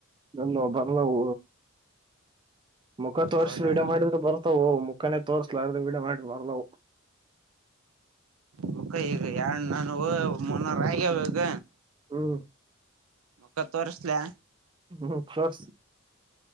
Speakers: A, on the right (about 25°); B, on the right (about 80°).
A: ಇಲ್ಲೋ ಬರ್ಲವು ಮುಖ ತೋರ್ಸಿ
B: ಹೌದಾ
A: ವಿಡಿಯೋ ಮಾಡಿದ್ರ ಬರ್ತವು ಮುಖನೇ ತೋರ್ಸ್ಲಾರ್ರ ವಿಡಿಯೋ ಮಾಡ್ರ ಬರ್ಲವು
B: ಮುಕ್ಕ ಈಗ ಯಾರ್ ನನ್ನುವ್ ಮುನ್ನೂರ ಅಗ್ಯವೀಗ
A: ಹ್ಮ್
B: ಮಕ್ಕ ತೋರಿಸ್ಲ್ಯ
A: ಹ್ಮ್ ತೋರ್ಸ್